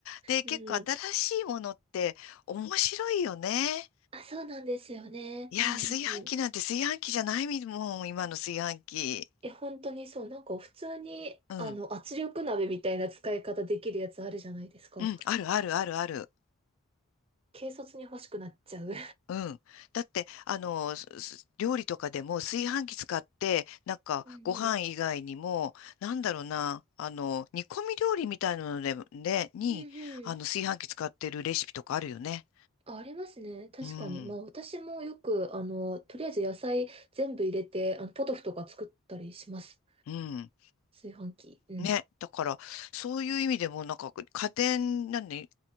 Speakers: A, on the left; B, on the right.
A: で、結構新しいものって面白いよね。
B: うん。あ、そうなんですよね。
A: いやー、
B: うんうん
A: 炊飯器なんて炊飯器じゃないもん、今の炊飯器。
B: え、本当にそう、なんか普通に、
A: うん、
B: あの、圧力鍋みたいな使い方できるやつあるじゃないですか。
A: うん、あるあるあるある。
B: 軽率に欲しくなっちゃう。
A: うん。だって、あの、すす料理とかでも炊飯器使って、なんかご飯以外にも、
B: うんうん。
A: なんだろうな、あの、煮込み料理みたいなので、ね、に、
B: うんうん。
A: あの、炊飯器使ってるレシピとかあるよね。
B: あ、ありますね。確かに。
A: うん。
B: まあ私もよく、あの、とりあえず野菜全部入れて、あの、ポトフとか作ったりします。
A: うん。
B: 炊飯器。うん。
A: ね。だから、そういう意味でも、なんか、家電、なんで、